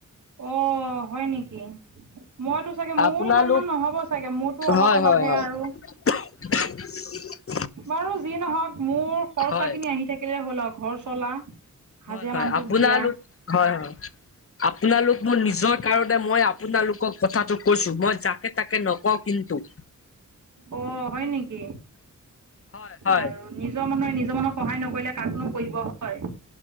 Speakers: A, on the right (about 70°); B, on the left (about 45°).
A: অ, হয় নেকি মইতো চাগে মোৰ
B: আপোনালোক
A: ইমানমান নহ'ব চাগে মোৰতো অলপ
B: হয়
A: - অলপহে
B: হয় হয়
A: আৰু।
B: <unintelligible>
A: বাৰু যি নহওক মোৰ খৰচা
B: হয়।
A: খিনি আহি থাকিলে হ'ল আৰু ঘৰ চলা। হাজিৰা
B: হয় - হয়,
A: মানুহটোক
B: আপোনা
A: দিয়া
B: লো হয় - হয় আপোনালোক মোৰ নিজৰ কাৰণে মই আপোনালোকক কথাটো কৈছো, মই যাকে তাকে নকওঁ কিন্তু।
A: অ, হয় নেকি
B: হয় হয়
A: আৰু নিজৰ মানুহ নিজৰ মানুক সহায় নকৰিলে কাকনো কৰিব। হয়